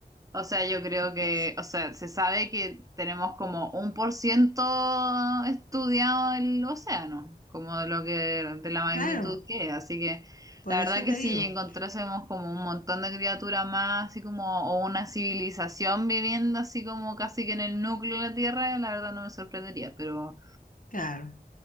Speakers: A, on the right; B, on the left.
A: O sea, yo creo
B: Entonces,
A: que, o sea, se sabe que tenemos como un por ciento estudiado el océano, como de lo que, de la magnitud
B: claro,
A: que es. Así que
B: por
A: la verdad
B: eso
A: que
B: te
A: si
B: digo,
A: encontrásemos como un montón de criaturas más, así como, o una civilización viviendo así como casi que en el núcleo de la Tierra, la verdad no me sorprendería, pero
B: claro,